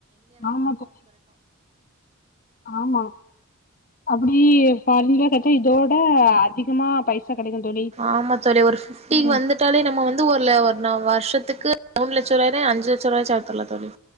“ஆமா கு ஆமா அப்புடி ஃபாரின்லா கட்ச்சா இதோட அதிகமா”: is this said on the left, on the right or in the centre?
Left